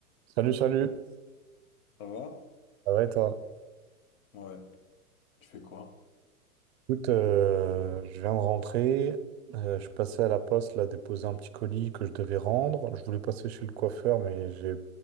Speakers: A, on the right; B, on the left.
A: Salut, salut.
B: Ça va?
A: Ça va et toi?
B: Ouais. Tu fais quoi?
A: Écoute, euh, je viens de rentrer. Euh, je suis passé à la poste, là, déposer un petit colis que je devais rendre. Je voulais passer chez le coiffeur, mais j'ai